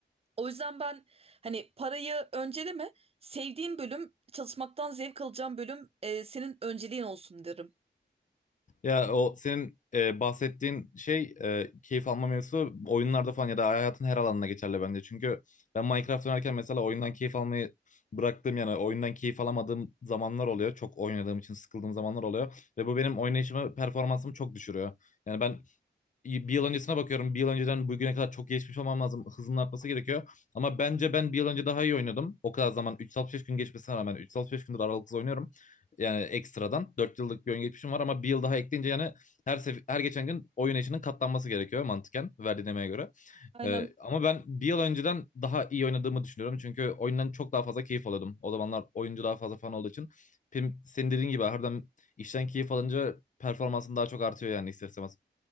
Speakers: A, on the right; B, on the left.
A: O yüzden ben hani parayı önceleme, sevdiğin bölüm, çalışmaktan zevk alacağın bölüm e, senin önceliğin olsun derim.
B: Ya o senin e, bahsettiğin şey e, keyif alma mevzusu oyunlarda falan ya da hayatın her alanına geçerli bence. Çünkü ben Minecraft oynarken mesela oyundan keyif almayı bıraktığım yani oyundan keyif alamadığım zamanlar oluyor. Çok oynadığım için sıkıldığım zamanlar oluyor. Ve bu benim oynayışımı, performansımı çok düşürüyor. Yani ben bir yıl öncesine bakıyorum. Bir yıl önceden bugüne kadar çok gelişmiş olmam lazım. Hızımın artması gerekiyor. Ama bence ben bir yıl önce daha iyi oynadım. O kadar zaman 365 gün geçmesine rağmen 365 gündür aralıksız oynuyorum. Yani ekstradan 4 yıllık bir oyun geçmişim var ama bir yıl daha ekleyince yani her sef- her geçen gün oyun eşinin katlanması gerekiyor mantıken verdiğin emeğe göre.
A: Aynen.
B: Ee, ama ben bir yıl önceden daha iyi oynadığımı düşünüyorum. Çünkü oyundan çok daha fazla keyif alıyordum. O zamanlar oyuncu daha fazla fan olduğu için. Pim- Senin dediğin gibi harbiden işten keyif alınca performansın daha çok artıyor yani ister istemez.